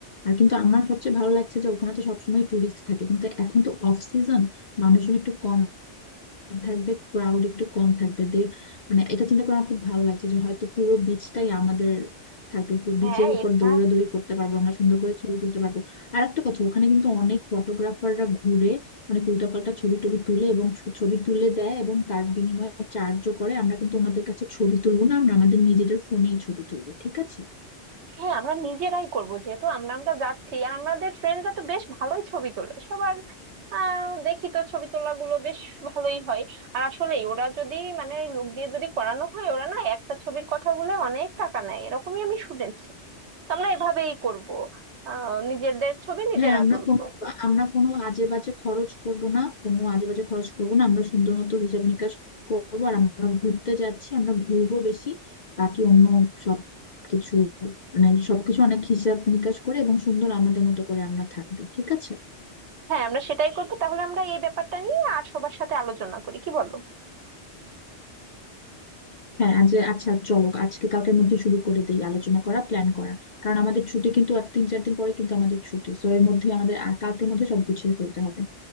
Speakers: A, on the left; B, on the right.
A: আর কিন্তু আমার সবচেয়ে ভালো লাগছে যে ওখানে তো সবসময় টুরিস্ট থাকে কিন্তু এখন তো অফ সিজন মানুষজন একটু কম থাকবে ক্রাউড একটু কম থাকবে দে মানে এটা চিন্তা করে আমার খুব ভালো লাগছে যে হয়তো পুরো বিচটাই আমাদের থাকবে পুরো
B: হ্যাঁ
A: বিচের উপর
B: এটা
A: দৌড়াদৌড়ি করতে পারবো আমরা সুন্দর করে ছবি তুলতে পারবো আর একটা কথা ওখানে কিন্তু অনেক ফটোগ্রাফাররা ঘুরে মানে উল্টাপাল্টা ছবি টবি তুলে এবং ছ- ছবি তুলে দেয় এবং তার বিনিময়ে চার্জও করে আমরা কিন্তু ওনাদের কাছে ছবি তুলবো না আমরা আমাদের নিজেদের ফোনেই ছবি তুলবো ঠিক আছে
B: হ্যাঁ আমরা নিজেরাই করব যেহেতু আমরা আমরা যাচ্ছি আর আমাদের ফ্রেন্ডরা তো বেশ ভালোই ছবি তোলে সবার আহ, দেখি তো ছবি তোলাগুলো বেশ ভালোই হয় আর আসলে ওরা যদি মানে ওই লোক দিয়ে যদি করানো হয় ওরা না একটা ছবির কথা বলে অনেক টাকা নেয় এরকমই আমি শুনেছি তো আমরা এভাবেই করব আহ নিজেদের ছবি নিজেরা
A: হ্যাঁ আমরা
B: তুলবো
A: কোনো আমরা কোনো আজে বাজে খরচ করব না কোনো আজে বাজে খরচ করব না আমরা সুন্দর মতো হিসাব নিকাশ করবো আর আমরা ঘুরতে যাচ্ছি আমরা ঘুরবো বেশি বাকি অন্য সব কিছু মানে সবকিছু অনেক হিসাব নিকাশ করে এবং সুন্দর আমাদের মতো করে আমরা থাকবো ঠিক আছে
B: হ্যাঁ আমরা সেটাই করবো তাহলে আমরা এই ব্যাপারটা নিয়ে আর সবার সাথে আলোচনা করি কি বলো
A: হ্যাঁ আজ আচ্ছা চলো আজকে কালকের মধ্যে শুরু করে দিই আলোচনা করা প্ল্যান করা কারণ আমাদের ছুটি কিন্তু আর তিন চার দিন পরে কিন্তু আমাদের ছুটি সো এর মধ্যে আমাদের আ- কালকের মধ্যে সব গুছিয়ে ফেলতে হবে